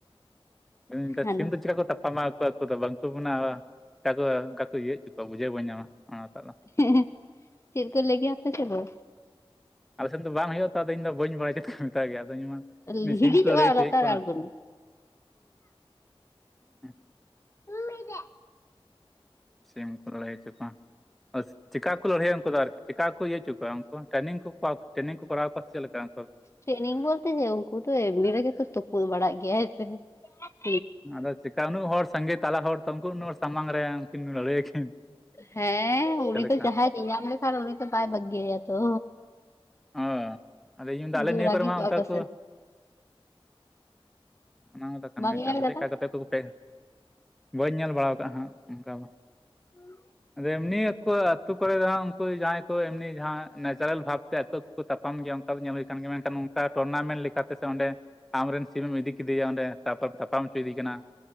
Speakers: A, in the centre; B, on the left.
A: ᱤᱧᱠᱟ.
B: ᱦᱟᱱᱮ
A: ᱥᱤᱢ ᱫᱚ ᱪᱤᱠᱟ. ᱠᱚ ᱛᱟᱯᱟᱢᱟ? ᱟᱠᱚ ᱫᱚ ᱵᱟᱝᱠᱚ ᱢᱟᱱᱟᱣᱟ ᱪᱮᱠᱟ ᱠᱚ ᱚᱱᱠᱟ ᱠᱚ ᱤᱭᱟᱹ ᱦᱚᱪᱚ ᱠᱚᱣᱟ ᱵᱩᱡᱷᱟᱹᱣ ᱵᱟᱹᱧ ᱧᱟᱢᱟ ᱚᱱᱟᱴᱟᱜ ᱫᱚ
B: ᱦᱮᱸ ᱦᱮᱸᱦ ᱪᱮᱫ ᱠᱚ ᱞᱮ ᱜᱮᱭᱟ ᱟᱯᱮ ᱥᱮᱫ ᱫᱚ?
A: ᱟᱞᱮ ᱥᱮᱫ ᱫᱚ ᱵᱟᱝ ᱦᱩᱭᱩᱜᱼᱟ ᱛᱚ ᱟᱫᱚ ᱤᱧᱫᱚ ᱵᱟᱹᱧ ᱵᱟᱲᱟᱭ ᱪᱮᱫ ᱠᱚ ᱢᱮᱛᱟ ᱜᱮᱭᱟ
B: ᱦᱤᱸᱜᱤᱡᱚᱜᱼᱟ
A: ᱥᱤᱢ ᱠᱚ ᱞᱟ. ᱲᱟᱹᱭ ᱦᱚᱪᱚᱭᱮᱫ
B: ᱞᱟᱛᱟᱨ
A: ᱠᱚᱣᱟ
B: ᱟᱬᱜᱚᱱᱟ
A: ᱦᱮᱸ
B: ᱢᱤᱫ ᱫᱮᱜ
A: ᱥᱤᱢ ᱠᱚ ᱞᱟᱹᱲᱦᱟᱹᱭ ᱦᱚᱪᱚ ᱠᱚᱣᱟ ᱟᱨ ᱪᱤᱠᱟ. ᱠᱚ ᱞᱟᱹᱲᱦᱟᱹᱭᱟ ᱩᱱᱠᱩ ᱫᱚ ᱟᱨᱠᱤ ᱪᱤᱠᱟ. ᱤᱭᱟᱹᱪᱚ ᱠᱚᱣᱟ ᱩᱱᱠᱩ ᱴᱨᱮᱱᱤᱝ ᱠᱚ ᱠᱚᱣᱟ ᱴᱨᱮᱱᱤᱝ ᱠᱚ ᱠᱚᱨᱟᱣ ᱠᱚᱣᱟ ᱥᱮ ᱪᱮᱫ ᱞᱮᱠᱟ ᱩᱱᱠᱩ
B: ᱴᱨᱮᱱᱤᱝ ᱵᱚᱞᱛᱮ ᱡᱮ ᱩᱱᱠᱩ ᱫᱚ ᱮᱢᱱᱤ ᱨᱮᱜᱮ ᱛᱚ ᱛᱩᱯᱩᱫ ᱵᱟᱲᱟᱜ ᱜᱮᱭᱟᱭ ᱦᱮᱸ ᱦᱮᱸ
A: ᱟᱫᱚ ᱪᱮᱠᱟ. ᱩᱱᱟᱹᱜ ᱦᱚᱲ ᱥᱟᱸᱜᱮ ᱛᱟᱞᱟ ᱦᱚᱲ ᱛᱚ ᱩᱱᱠᱩ ᱩᱱᱟᱹᱜ ᱦᱚᱲ ᱥᱟᱢᱟᱝ ᱨᱮ ᱩᱱᱠᱤᱱ ᱞᱟᱹᱲᱦᱟᱹᱭᱟᱠᱤᱱ?
B: ᱦᱮᱸ ᱩᱱᱤ
A: ᱪᱮᱫ ᱞᱮᱠᱟ
B: ᱫᱚ ᱡᱟᱦᱟᱸᱭ ᱧᱟᱢ ᱞᱮᱠᱷᱟᱱ ᱩᱱᱤ ᱛᱚ ᱵᱟᱭ ᱵᱟᱹᱜᱤᱭᱟᱭᱟ ᱛᱚ
A: ᱚ ᱟᱫᱚ ᱤᱧ ᱢᱮᱱᱫᱟ
B: ᱩᱱᱠᱩ
A: ᱟᱞᱮ ᱱᱤᱭᱟᱹ
B: ᱨᱟᱹᱜᱤ
A: ᱠᱚᱨᱮ ᱢᱟ
B: ᱠᱚᱜᱼᱟ
A: ᱚᱱᱠᱟ ᱠᱚ
B: ᱥᱮ
A: ᱚᱱᱟ ᱫᱚ ᱠᱟᱱ
B: ᱵᱟᱢ
A: ᱜᱮ
B: ᱧᱮᱞ
A: ᱟᱫᱚ ᱪᱮᱫ
B: ᱠᱟᱫᱟ
A: ᱞᱮᱠᱟ ᱠᱟᱛᱮ ᱠᱚᱯᱮ ᱵᱟᱹᱧ ᱧᱮᱞ ᱵᱟᱲᱟ ᱠᱟᱜ ᱦᱟᱸᱜ ᱚᱱᱠᱟ ᱫᱚ
B: ᱦᱩᱸ
A: ᱟᱫᱚ ᱮᱢᱱᱤ ᱟᱠᱚ ᱟᱛᱳ ᱠᱚᱨᱮ ᱫᱚ ᱦᱟᱸᱜ ᱩᱱᱠᱩ ᱡᱟᱦᱟᱸᱭ ᱠᱚ ᱮᱢᱱᱤ ᱡᱟᱦᱟᱸ ᱱᱮᱪᱟᱨᱮᱞ ᱵᱷᱟᱵ ᱛᱮ ᱟᱠᱚᱣᱟᱜ ᱠᱚᱠᱚ ᱛᱟᱯᱟᱢ ᱜᱮᱭᱟ ᱚᱱᱠᱟ ᱫᱚ ᱧᱮᱞ ᱦᱩᱭ ᱟᱠᱟᱱ ᱜᱮᱭᱟ ᱢᱮᱱᱠᱷᱟᱱ ᱚᱱᱠᱟ ᱴᱩᱨᱱᱟᱢᱮᱸᱴ ᱞᱮᱠᱟᱛᱮ ᱥᱮ ᱚᱸᱰᱮ ᱟᱢ ᱨᱮᱱ ᱥᱤᱢᱮᱢ ᱤᱫᱤ ᱠᱮᱫᱮᱭᱟ ᱚᱸᱰᱮ ᱛᱟᱯᱚᱨ ᱛᱟᱯᱟᱢ ᱦᱚᱪᱚ ᱭᱮᱫᱮ ᱠᱟᱱᱟ